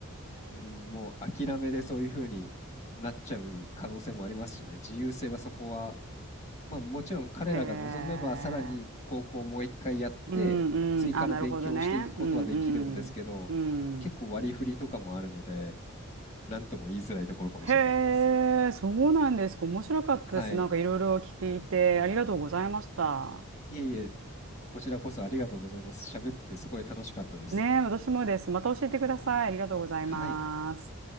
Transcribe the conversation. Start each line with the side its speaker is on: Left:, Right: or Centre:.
Left: うん、もう諦めでそういうふうになっちゃう可能性もありますしね、自由性はそこは、まあ、もちろん彼らが望めばさらに高校をもう一回やって、
Right: <laughs> へえ。うんうん。
Left: 追加の勉強をしていくことはできるんですけど、
Right: あ、なるほどね。うんうん。
Left: 結構割り振りとかもあるので、
Right: うん。
Left: 何とも言いづらいところかもしれないです。
Right: へえ、そうなんですか。面白かったです。
Left: はい。
Right: なんかいろいろ聞いて、ありがとうございました。
Left: いえいえ、こちらこそありがとうございます。喋っててすごい楽しかったです。
Right: ねえ、私もです。また教えてください。ありがとうございます。
Left: はい。